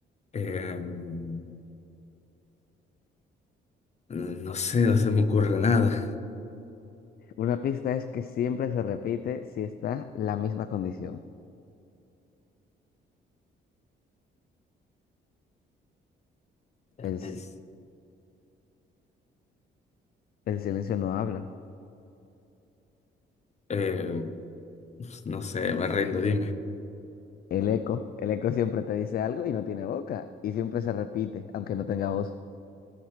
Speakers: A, on the left (about 35°); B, on the left (about 50°).
A: Em, no sé, no se me ocurre nada.
B: Una pista es que siempre se repite si está la misma condición. El, s-
A: Es-
B: el silencio no habla.
A: eh, pues, no sé, me rindo, dime.
B: El eco, el eco siempre te dice algo y no tiene boca, y siempre se repite, aunque no tenga voz.